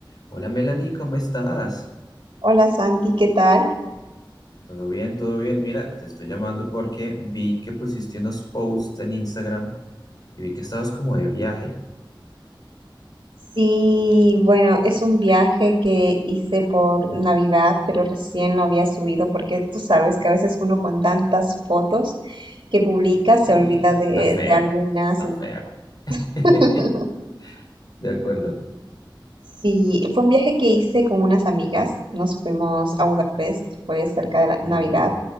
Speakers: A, on the left; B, on the right.
A: Hola Melanie, ¿cómo estás?
B: Hola Santi, ¿qué tal?
A: Todo bien, todo bien. Mira, te estoy llamando porque vi que pusiste unos posts en Instagram y vi que estabas como de viaje.
B: Sí, bueno, es un viaje que hice por Navidad, pero recién lo había subido porque tú sabes que a veces uno con tantas fotos que publica
A: Sí,
B: se olvida de,
A: está feo,
B: de algunas.
A: está
B: en-
A: feo. <laughs>
B: <laughs>
A: De acuerdo.
B: Sí, fue un viaje que hice con unas amigas, nos fuimos a Budapest, fue cerca de la Navidad.
A: Uh,